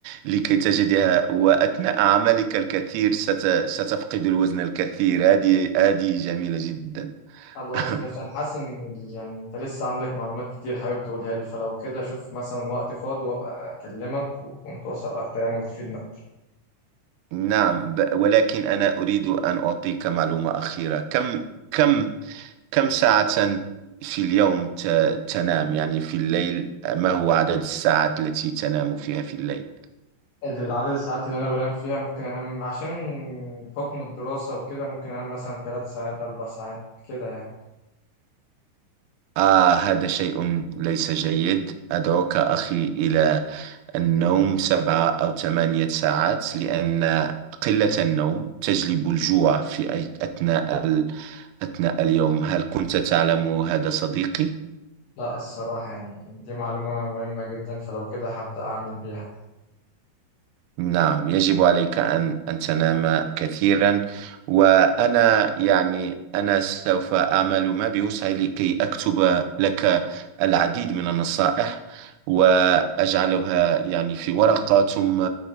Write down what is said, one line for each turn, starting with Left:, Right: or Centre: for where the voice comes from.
Right: لكي تجدها وأثناء عملك الكثير ست... ستفقد الوزن الكثير هذه هذه جميلة جدا
Left: خلاص
Right: <laughs>
Left: ماشي أنا حاسس إن ال- يعني أنت لسه عندك معلومات كتير حابب تقولها لي فلو كده أشوف مثلا وقت فاضي وأبقى أكلمك ونتواصل أكتر يعني وتفيدنا
Right: نعم ب... ولكن أنا أريد أن أعطيك معلومة أخيرة كم كم كم ساعة في اليوم ت... تنام يعني في الليل ما هو عدد الساعات التي تنام فيها في الليل
Left: العدد الساعات اللي انا بنام فيها ممكن انام عشان حكم الدراسة وكده ممكن انام مثلا ثلاث ساعات اربع ساعات كده يعني
Right: آه هذا شيء ليس جيد أدعوك أخي إلى النوم سبعة أو ثمانية ساعات لأن قلة النوم تجلب الجوع في أي- أثناء ال- أثناء اليوم هل كنت تعلم هذا صديقي؟
Left: لا الصراحة يعني دي معلومة مهمة جدا فلو كده هبدأ اعمل بيها
Right: نعم يجب عليك أن أن تنام كثيرا وأنا يعني أنا سوف أعمل ما بوسعي لكي أكتب لك العديد من النصائح وأجعلها يعني في ورقة ثم